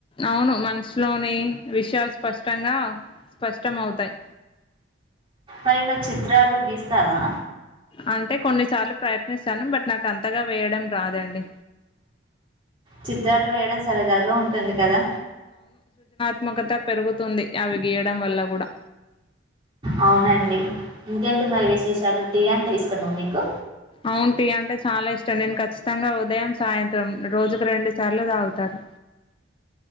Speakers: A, on the left; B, on the right.
A: అవును మంచ్ లోని విషయాలు స్పష్టంగా స్పష్టం అవతాయ్
B: అరేయ్ నువ్వు చిత్రాలు గీస్తావా?
A: అంటే కొన్నిసార్లు ప్రయత్నిస్తాను బట్ నాకు అంతగా వేయడం రాదండి.
B: చిత్రాలు వేయడం సరదాగా ఉంటుంది కదా?
A: ఆత్మకత పెరుగుతుంది అవి గీయడం వల్ల కూడా
B: అవునండి ఇంకేంటి మరి విశేషాలు, టీ అంటే ఇష్టమా మీకు?
A: అవును టీ అంటే చాలా ఇష్టం. నేను ఖచ్చితంగా ఉదయం సాయంత్రం రోజుకు రెండు సార్లు తాగుతన్